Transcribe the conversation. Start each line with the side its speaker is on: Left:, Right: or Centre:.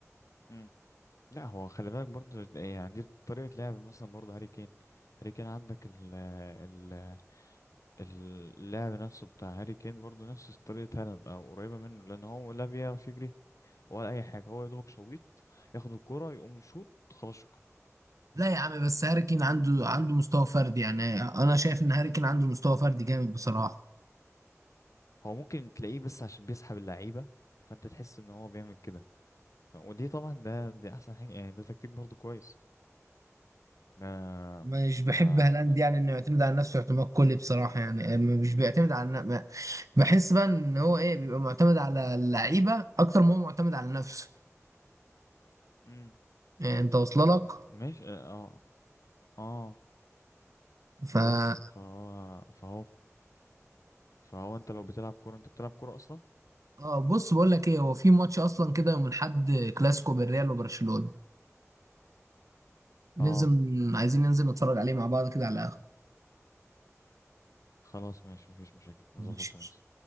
Left: امم لا هو خلي بالك برضو يعني عندي طريقه لعب مثلا برضو هاري كين هاري كين عندك ال ال اللعب نفسه بتاع هاري كين برضو نفس طريقه هالاند او قريبه منه لان هو لا بيعرف يجري ولا اي حاجه هو يا دوبك شويط ياخد الكرة يقوم يشوط خلاص شكرا
Right: لا يا عم بس هاري كين عنده عنده مستوى فردي يعني انا شايف ان هاري كين عنده مستوى فردي جامد بصراحه
Left: هو ممكن تلاقيه بس عشان بيسحب اللعيبه فانت تحس ان هو بيعمل كده ف- ودي طبعا ده دي احسن حاجه يعني ده تكتيك برضو كويس ده
Right: مش
Left: ف
Right: بحب هالاند
Left: ال-
Right: يعني انه يعتمد على نفسه اعتماد كلي بصراحه يعني مش بيعتمد على الن- ما- بحس بقى ان هو ايه بيبقى معتمد على اللعيبه اكتر ما هو معتمد على نفسه
Left: مم.
Right: يعني انت واصله لك
Left: ماشي اه اه آه،
Right: فبص
Left: بس فهو فهو فهو انت لو بتلعب كوره انت بتلعب كوره اصلا
Right: اه بص بقول لك ايه هو في ماتش اصلا كده يوم الاحد كلاسيكو بالريال وبرشلونه ننزل
Left: اه
Right: عايزين ننزل نتفرج عليه مع بعض كده على القهوه
Left: خلاص ماشي مفيش مشاكل نظبط
Right: ماشي
Left: وننسى